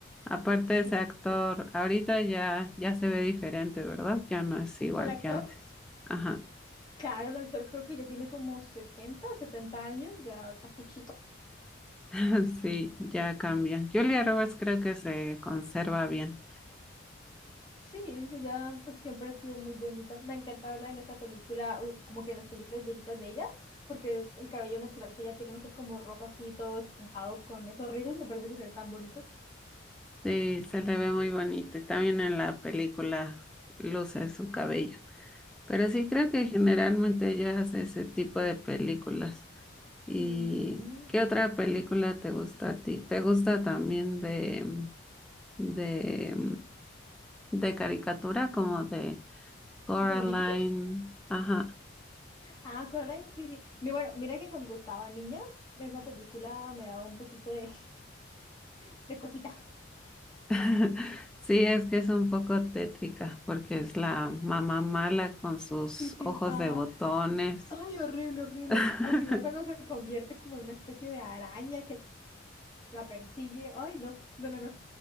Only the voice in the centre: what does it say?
Aparte
ese actor, ahorita ya ya se ve diferente, ¿verdad? Ya no es igual
que antes. Ajá,
<laughs> sí, ya cambia. Julia Roberts creo que se conserva bien.
Sí, se le ve muy bonito y también en la película luce su cabello. Pero sí creo que generalmente ella hace ese tipo de películas. ¿Y
qué otra película te gusta a ti? ¿Te gusta también de de de caricatura como de Coraline?
Ajá.
<laughs> Sí, es que es un poco tétrica porque es la mamá mala con sus
ojos
de botones.
<laughs>